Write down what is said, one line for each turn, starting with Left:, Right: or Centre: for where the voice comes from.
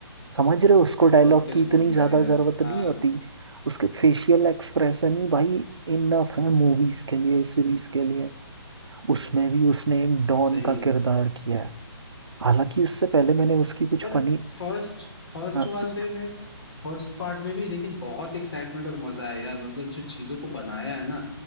Right: समझ रहे हो उसको
Left: बहुत
Right: डायलॉग
Left: कुछ
Right: की इतनी
Left: बोलता
Right: ज्यादा
Left: है यार
Right: जरूरत नहीं
Left: हाँ
Right: होती उसके फेशियल एक्सप्रेशन ही भाई इनफ है मूवीज के लिए सीरीज के लिए उसमें भी उसने एक डॉन
Left: सही
Right: का
Left: है
Right: किरदार किया है हालांकि उससे पहले मैंने उसकी कुछ
Left: पर
Right: फनी
Left: फर्स्ट फर्स्ट
Right: अरे
Left: वाले में फर्स्ट पार्ट में भी लेकिन बहुत एक्साइटमेंट और मजा है यार मतलब जो चीजों को बनाया है ना